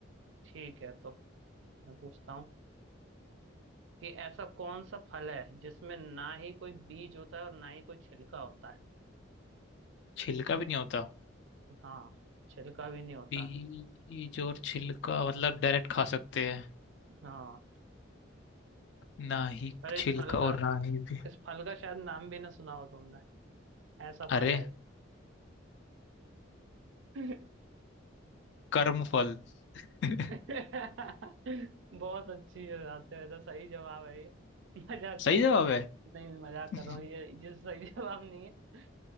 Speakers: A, on the right (about 65°); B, on the left (about 60°).
A: ठीक है तो मैं पूछता हूँ कि ऐसा कौन सा फल है जिसमें ना ही कोई बीज होता है और ना ही कोई छिलका होता है
B: छिलका भी नहीं होता
A: हाँ छिलका भी नहीं होता
B: बीज और छिलका मतलब डायरेक्ट खा सकते हैं
A: हाँ
B: ना ही
A: अरे
B: छिलका
A: इस फल
B: और
A: का
B: ना ही भी
A: इस फल का शायद नाम भी ना सुना हो तुमने ऐसा
B: अरे
A: फल है ये।
B: कर्म फल <laughs>
A: <laughs> बहुत अच्छी बात है वैसे सही जवाब है ये मजाक कर
B: सही
A: रहा
B: जवाब
A: हूँ
B: है
A: नहीं मजाक
B: <laughs>
A: कर रहा हूँ ये ये सही <laughs> जवाब नहीं है